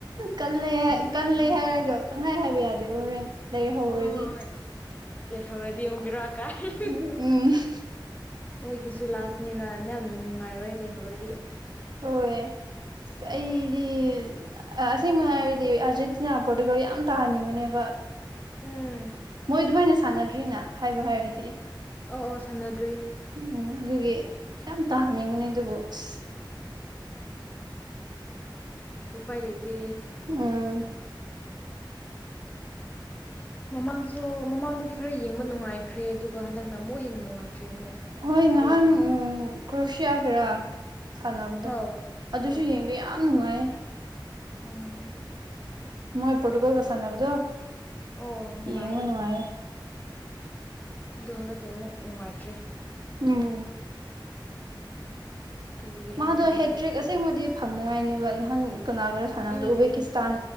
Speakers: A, on the right (about 60°); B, on the left (about 20°).
A: ꯀꯜꯂꯦ ꯍꯥꯏ ꯀꯜꯂꯦ ꯍꯥꯏꯔꯒ ꯄꯪꯍꯥꯏ ꯍꯥꯏꯕ ꯌꯥꯗꯦꯕ ꯍꯣꯔꯦꯟ ꯂꯩꯍꯧꯔꯗꯤ
B: ꯍꯣꯏ ꯍꯣꯏ ꯂꯩꯍꯧꯔꯗꯤ ꯑꯃꯨꯛ ꯕꯦꯔꯥ ꯀꯥꯏ
A: <unintelligible>
B: ꯃꯣꯏꯒꯤꯁꯨ ꯂꯥꯁꯅꯅ ꯅꯌꯥꯝ ꯅꯨꯡꯉꯥꯏꯔꯣꯏ ꯂꯩꯍꯧꯔꯗꯤ
A: ꯍꯣꯏ ꯑꯁ ꯑꯩꯗꯤ ꯑ ꯑꯁꯦꯡꯕꯩ ꯍꯥꯏꯔꯗꯤ ꯑꯥꯔꯖꯦꯟꯇꯤꯅꯥ ꯄꯣꯔꯇꯨꯒꯜ ꯌꯥꯝ ꯇꯥꯍꯟꯅꯤꯡꯕꯅꯦꯕ
B: ꯎꯝ
A: ꯃꯣꯏ ꯑꯗꯨꯃꯥꯏꯅ ꯁꯥꯟꯅꯗ꯭ꯔꯤꯅ ꯍꯥꯏꯕ ꯍꯥꯏꯔꯗꯤ
B: ꯑꯧ ꯑꯧ ꯁꯥꯟꯅꯗ꯭ꯔꯤ
A: ꯎꯝ ꯑꯗꯨꯒꯤ ꯌꯥꯝ ꯇꯥꯍꯟꯅꯤꯡꯕꯅꯦ ꯑꯗꯨꯕꯨ ꯑꯁ
B: ꯎꯄꯥꯥꯏ ꯂꯩꯇꯦ
A: ꯎꯝ
B: <inaudible> ꯃꯃꯥꯡꯗꯁꯨ ꯃꯃꯥꯡꯗꯗꯤ ꯈꯔ ꯌꯦꯡꯕ ꯅꯨꯡꯉꯥꯏꯈ꯭ꯔꯦ ꯑꯗꯨꯒ ꯍꯟꯗꯛꯅ ꯑꯃꯨꯛ ꯍꯦꯟꯅ ꯅꯨꯡꯉꯥꯏꯇ꯭ꯔꯦ ꯑꯃꯨꯛ
A: ꯍꯣꯏ
B: ꯈꯔ
A: ꯅꯍꯥꯟ
B: ꯌꯦꯡꯕ ꯅꯨꯡꯉꯥꯏ
A: ꯎꯝ ꯀ꯭ꯔꯨꯁꯤꯌꯥꯒꯔꯥ ꯁꯥꯟꯅꯕꯗꯣ
B: ꯑꯧ
A: ꯑꯗꯨꯁꯨ
B: ꯑꯧ
A: ꯌꯦꯡ ꯕꯌꯥꯝ ꯅꯨꯡꯉꯥꯏꯌꯦ
B: ꯎꯝ
A: ꯃꯣꯏ ꯄꯣꯔꯇꯨꯒꯜꯒ ꯁꯥꯟꯅꯕꯗꯣ
B: ꯑꯣ ꯅꯨꯡꯉꯥꯏꯌꯦ
A: ꯌꯦꯡꯕ ꯅꯨꯡꯉꯥꯏꯌꯦ
B: ꯑꯗꯣ ꯍꯟꯗꯛꯇꯤ ꯑꯃꯨꯛ ꯅꯨꯡꯉꯥꯏꯇ꯭ꯔꯤ
A: ꯎꯝ
B: ꯀꯔꯤꯒꯤꯔ
A: ꯃꯥꯗꯣ
B: ꯈꯪꯗꯦ ꯃꯣꯏꯒꯤ
A: ꯍꯦꯇ꯭ꯔꯤꯛ ꯑꯁꯦꯡꯕꯗꯤ ꯐꯪꯅꯉꯥꯏꯅꯦꯕ ꯅꯍꯥꯟ ꯀꯅꯥꯒꯔ ꯁꯥꯟꯅꯕꯗꯣ
B: ꯎꯝ
A: ꯎꯕꯦꯀꯤꯁꯇꯥꯟ